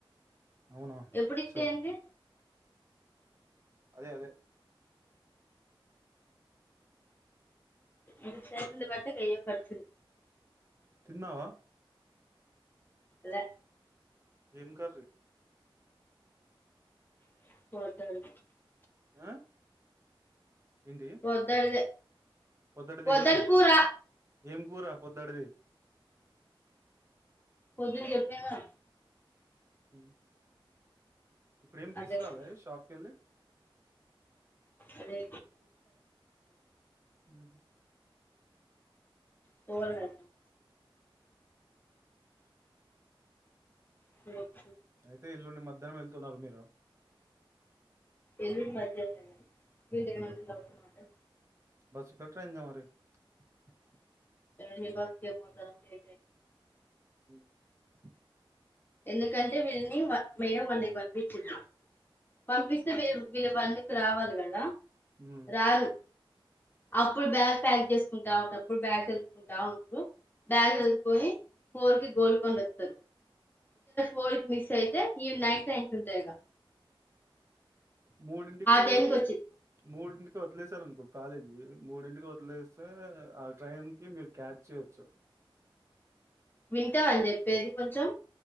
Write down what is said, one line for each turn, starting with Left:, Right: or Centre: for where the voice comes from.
Right: అవునా
Left: ఎప్పుడు ఇస్తే
Right: సరే
Left: ఏంది
Right: అదే అదే
Left: ఇది సేంది బతా కైే పరచదు
Right: తిన్నావా
Left: లే
Right: ఏం కర్రీ
Left: <unintelligible>
Right: ఆ ఏంటి
Left: పొద్దుడు
Right: పొద్దుటిదిేయింది
Left: పొద్దుడు కూర
Right: ఏం కూర పొద్దడిది
Left: పొద్దున చెప్పినా కదా
Right: <inaudible> ఇప్పుడేమి తీసురాలి
Left: అదే కూర.
Right: షాప్కి వెళ్ళి
Left: అదే
Right: <inaudible>
Left: పోలగా <inaudible>
Right: అయితే ఎల్లుండి మధ్యాహ్నం వెళ్తున్నారు మీరు
Left: ఎల్ మధు వీడేమంటునడు
Right: బస్ ఇక్క <unintelligible>
Left: ఎన్ని బస్ క పోత లే
Right: <inaudible>
Left: ఎందుకంటే విళ్ని మేడం వాన్ని పంపించింది పంపిస్తే వరు వీళ్ళ పంకి రావాలి కదా
Right: మ్మ్.
Left: రాలు అప్పుడు బ్యాగ్ ప్యాక్ చేసుకుంటా ఉంటప్పుడు బ్యాగ్ చదుసుకుంటా ఉంటారు బ్యాగ్ చదుసుకొని ఫోర్ కి గోల్కొండ వస్తారు వల్డ్ మిస్ అయితే ఈవి నైట్ ట్రైన్స్ ఉంటాయి ఇక
Right: మూడింటికి
Left: టైంకి వచ్చి
Right: మూడింటికి వదిలేసారు అనుకో కాలేజీ మూడింటికి వదిలేస్తే ఆ ట్రైన్ కి మీరు క్యాచ్ చేయొచ్చు
Left: వింటా అని చెప్పేది కొంచెం